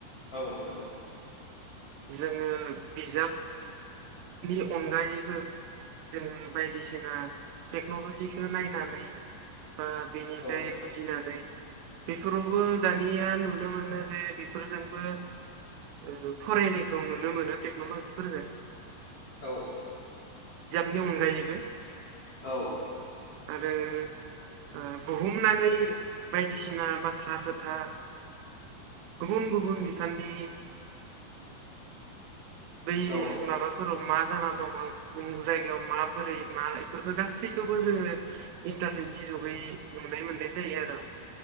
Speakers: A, on the left (about 35°); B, on the right (about 85°).
A: औ नोंगौ।
B: जोङो बिजाब। नि अनगायैबो जोङो बायदिसिना टेक्न'ल'जिखो नायनानै। बा बेनिफ्राय
A: औ
B: बुजिनानै। बेफोरावबो दानिया नुनो मोनो जे बेफोरजोंबो ओ फरायनायखौ नुनो मोनो टेक्न'ल'जिफोरजों।
A: औ।
B: बिनि अनगायैबो।
A: औ।
B: आरो ओ बुहुमनाङै बायदिसिना बाथ्रा खोथा। गुबुन गुबुन बिफाननि। बै
A: औ
B: माबाफोराव। मा जाना दङ मा उमुग जायगायाव माबोरै मा इफोरखो जों सिखौबो इन्टारनेटनि जुगै नुनाय मोननाय जायो आर'।